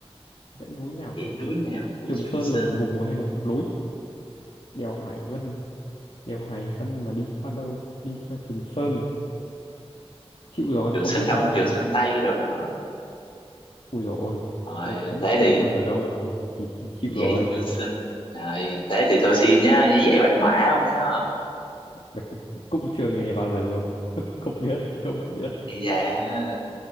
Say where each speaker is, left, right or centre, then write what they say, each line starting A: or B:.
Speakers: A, on the left (about 70°); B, on the left (about 55°).
A: dãy núi nào
B: dãy
A: của
B: núi
A: Trường,
B: nào của
A: Trường
B: Trường
A: Sơn
B: Sơn
A: là một vùng hay là một núi đèo Hải Vân đèo Hải Vân mà đi qua đâu đi qua Trường Sơn chịu rồi
B: Trường
A: không
B: Sơn
A: biết
B: Đông
A: rồi
B: Trường Sơn Tây cái đồ đó à.
A: ui rồi
B: rồi
A: tôi không biết
B: thế
A: Trường
B: thì
A: Sơn ở đâu thì thì, thì chịu
B: dãy
A: rồi
B: Trường Sơn rồi thế thì tôi xin nhá với dãy Bạch Mã không nhá
A: Bạch <laughs> cũng chưa nghe bao giờ luôn <laughs> không biết không biết
B: Ây da